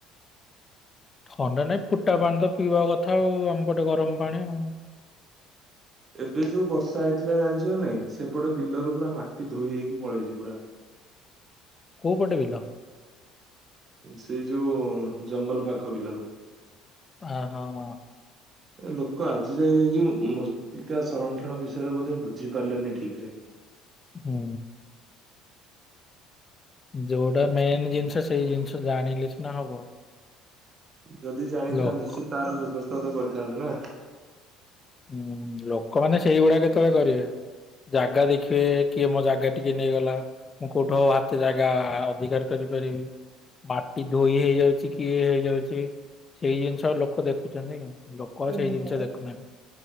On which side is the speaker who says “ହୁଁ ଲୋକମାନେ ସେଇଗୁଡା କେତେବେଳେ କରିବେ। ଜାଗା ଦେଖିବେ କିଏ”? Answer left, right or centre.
Left